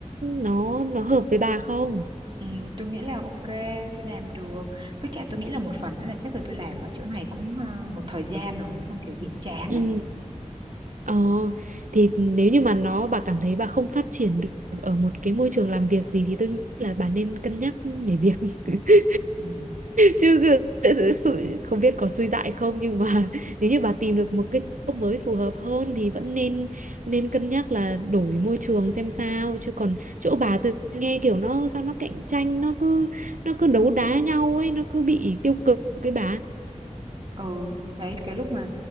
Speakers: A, on the right; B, on the right.
A: nó nó hợp với bà không
B: ừ, tôi nghĩ là ok tôi làm được với cả tôi nghĩ là một phần nữa là chắc là tôi làm ở chỗ này cũng à, một thời gian rồi xong kiểu bị chán
A: ừ
B: á
A: Ờ, thì nếu như mà nó bà cảm thấy bà không phát triển được ở một cái môi trường làm việc gì thì tôi nghĩ là bà nên cân nhắc nhảy việc <laughs>
B: ừ.
A: chứ cứ- sự không biết có suy dại không nhưng mà <laughs> nếu như bà tìm được một cái chỗ mới phù hợp hơn thì vẫn nên nên cân nhắc là đổi môi trường xem sao chứ còn chỗ bà tôi nghe kiểu nó sao nó cạnh tranh nó cứ nó cứ đấu đá nhau ấy nó cứ bị tiêu cực cái bà
B: ừ đấy cái lúc mà